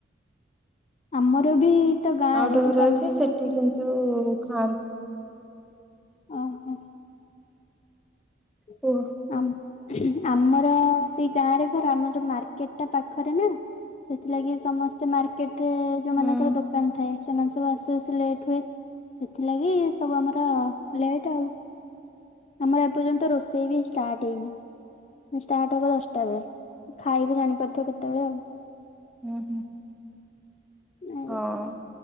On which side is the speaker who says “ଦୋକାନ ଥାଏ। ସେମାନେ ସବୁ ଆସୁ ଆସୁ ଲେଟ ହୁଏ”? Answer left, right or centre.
Left